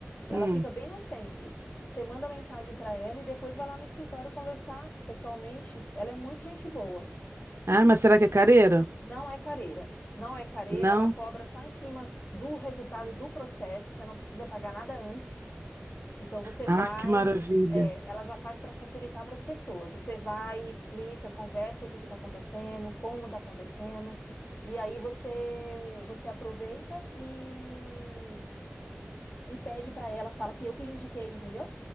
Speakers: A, on the left (about 40°); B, on the right (about 80°).
A: Ela
B: Hum.
A: fica bem no centro. Você manda mensagem para ela e depois vai lá no escritório conversar pessoalmente. Ela é muito gente boa.
B: Ai, mas será que é careira?
A: Não é careira. Não é careira,
B: Não?
A: ela cobra só em cima do resultado do processo, você não precisa pagar nada antes. Então você
B: Ai,
A: vai,
B: que maravilha.
A: é, ela já faz para facilitar para as pessoas. Você vai, explica, conversa o que está acontecendo, como está acontecendo, e aí você você aproveita e, e pede para ela, fala que eu que indiquei, entendeu?